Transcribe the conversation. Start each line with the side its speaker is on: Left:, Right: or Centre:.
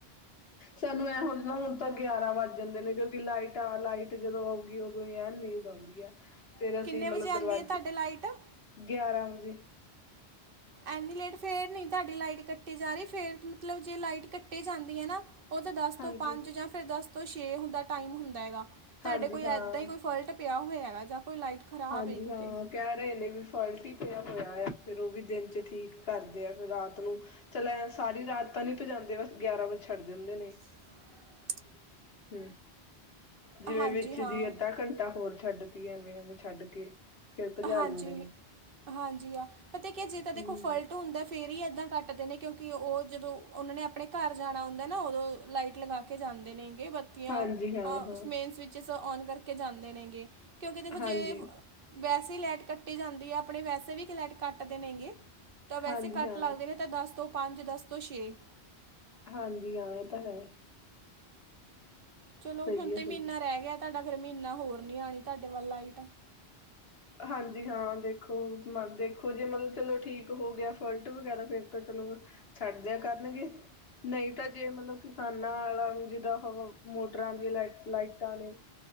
Left: ਸਾਨੂੰ ਐਂ ਹੁੰਦਾਂ ਹੁਣ ਤਾਂ ਗਿਆਰਾਂ ਵੱਜ ਜਾਂਦੇ ਨੇ ਕਿਉਂਕਿ ਲਾਈਟ ਜਾਂ ਲਾਈਟ ਜਦੋਂ ਆਉਗੀ ਉਦੋਂ ਹੀ ਐਂ ਨੀਂਦ ਆਉਂਦੀ ਆ। ਫਿਰ ਅਸੀਂ
Right: ਕਿੰਨੇ
Left: ਮਤਲਬ
Right: ਵਜੇ ਆਂਦੀ
Left: ਦਰਵਾਜ਼ੇ
Right: ਹੈ ਤੁਹਾਡੇ ਲਾਈਟ
Left: ਗਿਆਰਾਂ ਵਜ਼ੇ
Right: ਐਨੀ ਲੇਟ ਫਿਰ ਨੀ ਤੁਹਾਡੀ ਲਾਈਟ ਕੱਟੀ ਜਾ ਰਈ ਫਿਰ ਮਤਲਬ ਜੇ ਲਾਈਟ ਕੱਟੀ ਜਾਂਦੀ ਏ ਨਾ। ਓ ਤਾਂ ਦਸ
Left: ਹਾਂਜੀ
Right: ਤੋਂ ਪੰਜ ਜਾਂ ਫਿਰ ਦਸ ਤੋਂ ਛੇ ਹੁੰਦਾਂ ਟਾਇਮ ਹੁੰਦਾਂ ਹੈਗਾ ਤੁਹਾਡੇ
Left: ਹਾਂਜੀ
Right: ਕੋਈ
Left: ਹਾਂ
Right: ਇੱਦਾਂ ਹੀ ਕੋਈ ਫਲਟ ਪਿਆ ਹੋਇਆਂ ਹੈਗਾ ਜਾਂ ਕੋਈ ਲਾਈਟ ਖਰਾਬ
Left: ਹਾਂਜੀ
Right: ਹੈ ਕਿਤੇ
Left: ਹਾਂ। ਕਹਿ ਰਏ ਨੇ ਵੀ ਫਲਟ ਹੀ ਪਿਆ ਹੋਇਆ ਆ ਫਿਰ ਓ ਵੀ ਦਿਨ 'ਚ ਠੀਕ ਕਰਦੇ ਆ ਫਿਰ ਰਾਤ ਨੂੰ ਚੱਲ ਐਂ ਸਾਰੀ ਰਾਤ ਤਾਂ ਨੀ ਭਜਾਂਦੇ ਬਸ ਗਿਆਰਾਂ ਵਜ਼ੇ ਛੱਡ ਦਿੰਦੇ ਨੇ।
Right: <inaudible>
Left: <inaudible> ਜਿਵੇਂ
Right: ਹਾਂਜੀ
Left: ਵਿੱਚ ਜੇ
Right: ਹਾਂ
Left: ਅੱਧਾ ਘੰਟਾਂ ਹੋਰ ਛੱਡ ਦੀਏਏ ਐਂਵੇਂ-ਐਂਵੇਂ ਛੱਡ ਕੇ ਫੇਰ ਭਜਾ
Right: ਹਾਂਜੀ
Left: ਲੈਂਦੇ ਨੇ
Right: ਹਾਂਜੀ ਹਾਂ ਪਤਾ ਕਿ ਜੇ ਤਾਂ ਦੇਖੋ
Left: ਹੂੰ
Right: ਫਲਟ ਹੁੰਦਾਂ। ਫ਼ਿਰ ਈ ਏਦਾਂ ਕੱਟਦੇ ਨੇਂ। ਕਿਉਂਕਿ ਉਹ ਜਦੋਂ ਉਹਨਾਂ ਨੇਂ ਆਪਣੇਂ ਘਰ ਜਾਣਾਂ ਹੁੰਦਾਂ ਨਾ ਉਦੋਂ ਲਾਈਟ। ਲਗਾਂ ਕੇ ਜਾਂਦੇ ਨੇਂ ਗੇ ਬੱਤੀਆਂ
Left: ਹਾਂਜੀ ਹਾਂ-ਹਾਂ
Right: ਆ ਮੇਨ ਸਵਿੱਚ ਸ ਔਨ ਕਰਕੇ ਜਾਂਦੇ ਨੇਗੇ ਕਿਉਂਕਿ ਦੇਖੋ
Left: ਹਾਂਜੀ,
Right: ਜੇ ਵੈਸੇ ਲਾਈਟ ਕੱਟੀ ਜਾਂਦੀ ਆ ਆਪਣੇ ਵੈਸੇ ਵੀ ਤ ਲੈਟ ਕੱਟ ਦੇ ਨੇਗੇ ਤਾਂ ਵੈਸੇ
Left: ਹਾਂਜੀ
Right: ਕਟ
Left: ਹਾਂ,
Right: ਲੱਗਦੇ ਨੇ ਤਾਂ ਦਸ ਤੋਂ ਪੰਜ, ਦਸ ਤੋਂ ਛੇ
Left: ਹਾਂਜੀ ਹਾਂ, ਇਹ ਤਾਂ ਹੈ
Right: ਚਲੋ
Left: ਸਹੀ
Right: ਹੁਣ
Left: ਹੈ,
Right: ਤੇ
Left: ਸਹੀ
Right: ਮਹੀਨਾ
Left: ਹੈ।
Right: ਰਹਿ ਗਿਆ ਤੁਹਾਡਾ ਫੇਰ ਮਹੀਨਾ ਹੋਰ ਨੀ ਆਉਣੀ ਤੁਹਾਡੇ ਵੱਲ ਲਾਈਟ
Left: ਹਾਂਜੀ ਹਾਂ ਦੇਖੋ ਮ ਦੇਖੋ ਜੇ ਮਤਲਬ ਚਲੋ ਠੀਕ ਹੋ ਗਿਆ ਫਲਟ ਵਗੈਰਾ ਫਿਰ ਤਾਂ ਚਲੋ ਛੱਡਦਿਆਂ ਕਰਨਗੇ ਨਹੀਂ ਤਾਂ ਜੇ ਮਤਲਬ ਕਿਸਾਨਾਂ ਆਲਾ ਜਿਦਾਂ ਉਹ ਮੋਟਰਾਂ ਦੀਆਂ ਲ ਲਾਈਟਾਂ ਨੇ